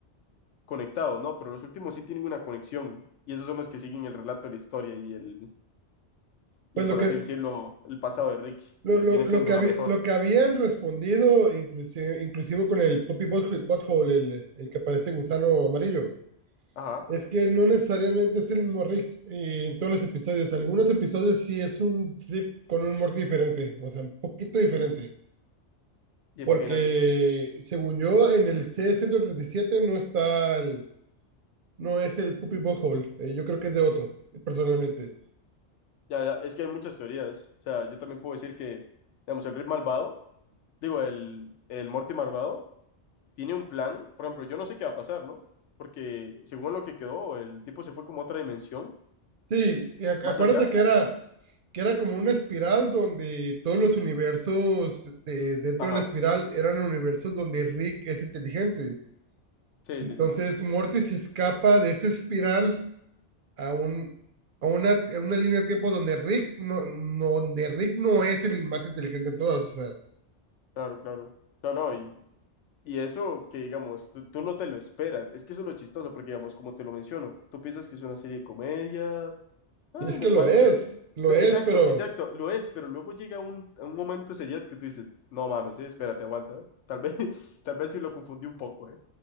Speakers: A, on the left; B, on the right.
A: conectado, ¿no? Pero los últimos sí tienen una conexión y esos son los que siguen el relato de la historia y el,
B: Pues
A: y por
B: lo que,
A: así decirlo, el pasado de Rick,
B: lo,
A: que
B: lo,
A: viene
B: lo
A: siendo
B: que, había,
A: la mejor.
B: lo que habían respondido, inclusive, inclusive con el Poppy Butthole, el, el que parece gusano amarillo,
A: Ajá,
B: Es que no necesariamente es el mismo Rick eh, en todos los episodios. Algunos episodios sí es un Rick con un Morty diferente, o sea, un poquito diferente.
A: imagínate.
B: Porque según yo, en el C-137 no está el, no es el Puppy Butthole. eh, yo creo que es de otro, eh, personalmente.
A: Ya, ya, es que hay muchas teorías. O sea, yo también puedo decir que, digamos, el Rick malvado, digo, el, el Morty malvado, tiene un plan. Por ejemplo, yo no sé qué va a pasar, ¿no? Porque según lo que quedó, el tipo se fue como a otra dimensión,
B: Sí, y ac-
A: más
B: acuérdate
A: allá.
B: que era, que era como una espiral donde todos los universos de, dentro
A: Ajá,
B: de la espiral eran universos donde Rick es inteligente.
A: sí,
B: Entonces
A: sí, sí,
B: Morty se escapa de esa espiral a un, a una, a una línea de tiempo donde Rick no, no, donde Rick no es el más inteligente de todos, o sea,
A: claro, claro. No, no, y Y eso que, digamos, tú, tú no te lo esperas. Es que eso es lo chistoso, porque, digamos, como te lo menciono, tú piensas que es una serie de comedia, ah,
B: y es
A: normal,
B: que lo es,
A: pero...
B: lo
A: pe-
B: es,
A: Exacto,
B: pero
A: exacto, lo es, pero luego llega un, un momento de seriedad que tú dices, no mames, eh, espérate, aguanta. eh". Tal vez, <laughs> tal vez sí lo confundí un poco, ¿eh?